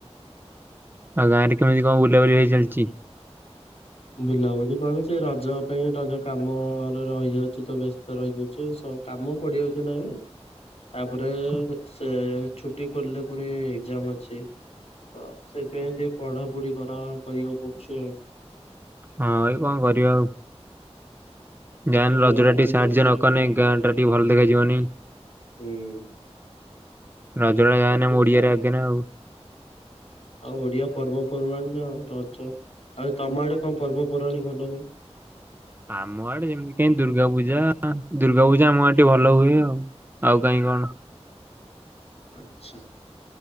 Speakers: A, on the right; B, on the left.
A: ଆଉ ଗାଁରେ କେମିତି କଣ ବୁଲାବୁଲି ହେଇ ଚାଲିଛି?
B: ବୁଲାବୁଲି କଣ ସେ ରଜ ପାଇଁ ରଜ କାମରେ ରହିଯାଉଛି ତ ବ୍ୟସ୍ତ ରହିଯାଉଛୁ କାମ ପଡିଯାଉଛି ନା ଏବେ ତାପରେ
A: ହଁ
B: ସେ ଛୁଟି ଖୋଲିଲେ ପୁଣି ଏକ୍ଜାମ ଅଛି। ତ ସେଥିପାଇଁ ଟିକେ ପଢା ପଢି କରା କରିବାକୁ ପଡୁଛି ଆଉ।
A: ହଁ ଏଇ କଣ କରିବା ଆଉ।
B: ପାଠ
A: ଯାହା ହେଲେ
B: ତ
A: ରଜ
B: ନ
A: ଟା
B: ପଢିଲେ
A: ଟିକେ ସାହାଯ୍ୟ
B: କିଛି
A: ନକନେ
B: ହବନି।
A: ଗାଁ ଟା ଟିକେ ଭଲ ଦେଖାଯିବନି।
B: ହୁଁ।
A: ରଜଟା ଯା
B: ସବୁ
A: ହେନେଁ ଆମ ଓଡିଆରେ ଅଛି ନା ଆଉ।
B: ଆଉ ଓଡିଆ ପର୍ବପର୍ବାଣି ଆ ରଜ। ଆଉ ତମ ଆଡେ କଣ ପର୍ବପର୍ବାଣିୀ ଭଲ ହୁଏ?
A: ଆମ ଆଡେ ଯେମିତି କାଇଁ ଦୁର୍ଗା ପୂଜା ଦୁର୍ଗା ପୂଜା ଆମ ଆଡେ ଭଲ ହୁଏ ଆଉ। ଆଉ କାହିଁ କଣ?
B: ଆଛା।